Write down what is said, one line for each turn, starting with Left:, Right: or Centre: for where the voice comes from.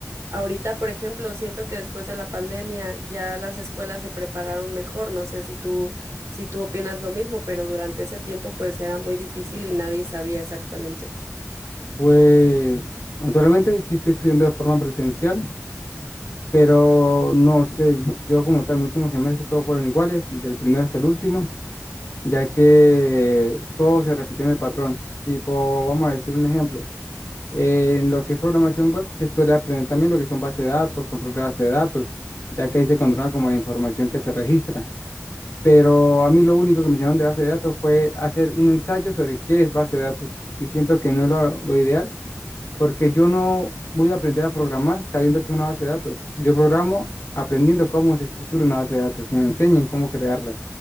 Right: ahorita, por ejemplo, siento que después de la pandemia ya las escuelas se prepararon mejor. No sé si tú, si tú opinas lo mismo, pero durante ese tiempo pues era muy difícil y nadie sabía exactamente.
Left: Pues naturalmente sí estoy estudiando de forma presencial, pero no sé, yo como tal, mi último semestre todos fueron iguales, desde el primero hasta el último, ya que todo se repitió en el patrón. Tipo, vamos a decir un ejemplo, en lo que es programación web se suele aprender también lo que son bases de datos, control de base de datos, ya que ahí se controla como la información que se registra. Pero a mí lo único que me enseñaron de base de datos fue hacer un ensayo sobre qué es base de datos y siento que no es lo lo ideal porque yo no voy a aprender a programar sabiendo que es una base de datos. Yo programo aprendiendo cómo se estructura una base de datos, que me enseñen cómo crearlas.